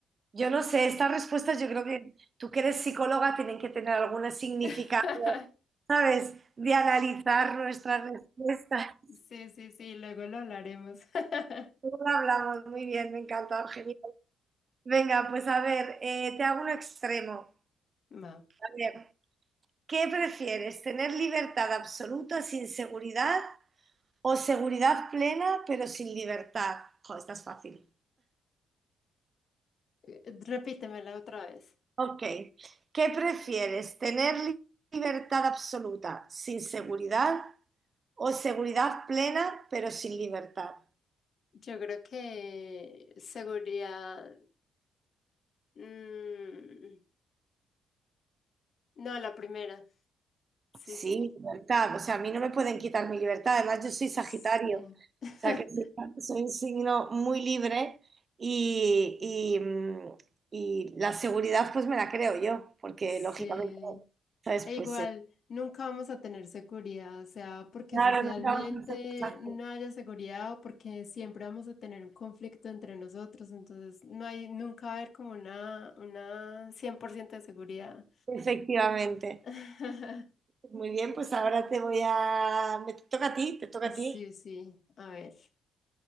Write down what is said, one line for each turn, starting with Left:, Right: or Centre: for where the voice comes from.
Right: Yo no sé, estas respuestas yo creo que tú que eres psicóloga tienen que tener alguna significado,
Left: <laughs>
Right: ¿sabes? De analizar nuestras respuestas. <laughs>
Left: Sí, sí, sí, luego lo hablaremos. <laughs>
Right: Luego lo hablamos muy bien, me encanta, Eugenia. Venga, pues a ver, eh, te hago un extremo.
Left: Va,
Right: A ver, ¿qué prefieres? ¿Tener libertad absoluta sin seguridad o seguridad plena pero sin libertad? Joder, esta es fácil.
Left: eh, repítemela otra vez.
Right: Ok, ¿qué prefieres? ¿Tener li- libertad absoluta sin seguridad O seguridad plena, pero sin libertad.
Left: Yo creo que seguridad. mm, no, la primera. Sí,
Right: Sí,
Left: sí.
Right: libertad. O sea, a mí no me pueden quitar mi libertad. Además, yo soy Sagitario.
Left: Sí.
Right: O
Left: <laughs>
Right: sea, que sí, soy un signo muy libre y, y, mm, y la seguridad pues me la creo yo, porque
Left: Sí.
Right: lógicamente, ¿sabes?
Left: E
Right: Pues
Left: igual,
Right: eh,
Left: nunca vamos a tener seguridad, o sea, porque
Right: claro,
Left: socialmente
Right: nunca vamos a hacer cosas
Left: no
Right: así.
Left: haya seguridad o porque siempre vamos a tener un conflicto entre nosotros, entonces no hay, nunca va a haber como una, una 100% de seguridad.
Right: Efectivamente.
Left: <laughs>
Right: Muy bien, pues ahora te voy a... Me toca a ti, te toca a
Left: Sí,
Right: ti.
Left: sí, a ver.